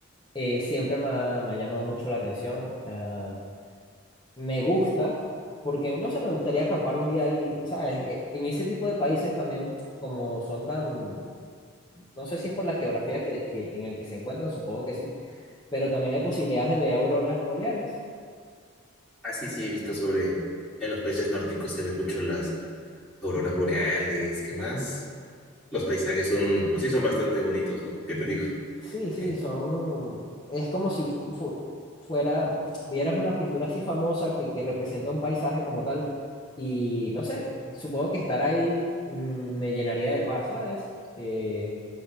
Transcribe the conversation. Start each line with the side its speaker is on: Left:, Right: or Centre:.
Left: Eh, siempre me ha, me ha llamado mucho la atención. ah, me gusta, porque no sé, me gustaría acampar un día ahí, ¿sabes? E- En ese tipo de países también, como son tan, no sé si es por la geografía que, que, en el que se encuentran, supongo que sí, pero también hay posibilidades de ver auroras boreales.
Centre: Así sí he visto sobre, en los países nórdicos se ven mucho las auroras boreales, ¿qué más? Los paisajes son, pues sí, son bastante bonitos, ¿no? ¿Qué te digo?
Left: Sí, sí,
Centre: Eh,
Left: son... Es como si fu- fuera, vieras una pintura así famosa que, que representa un paisaje como tal. Y no sé, supongo que estar ahí mm, me llenaría de paz, ¿sabes? Eh,